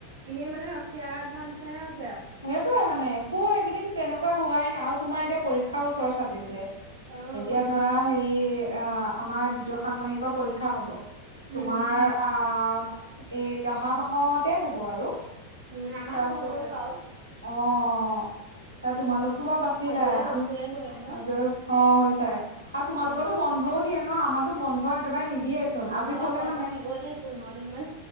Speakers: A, on the right; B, on the right.
A: এনেই মানে ৰখিয়া থোৱা নিচিনা
B: সেইটয়ে মানে একো এইকেইদিন তেনেকুৱা হোৱাই নাই আৰু তোমাৰ এতিয়া পৰীক্ষাৰ ওচৰ চাপিছে। এতিয়া
A: অ',
B: ধৰা হেৰি আহ আমাৰ দ্বিতীয় ষানমাহিকৰ পৰীক্ষা হব।
A: উম,
B: তোমাৰ আহ এই অহা মাহতে হব আৰু।
A: উম আমাৰ
B: তাৰপিছতে
A: মই গ'ল বাও।
B: অ অ তাৰ তোমালোকতো
A: আমাৰ
B: বাৰু বাচিলা
A: আজৰি হৈছোহে
B: আমা
A: হৈ পিনি
B: আজৰি হোৱা হৈছ আৰু তোমালোকো
A: উম,
B: বন্ধও দিয়ে ন আমাৰাতো বন্ধ একব <unintelligible> নিদিয়ে চুন
A: অ',
B: আজি
A: আমাক
B: কলে
A: বন্ধ
B: মানে
A: দিব দেই পোন্ধৰ দিন মান।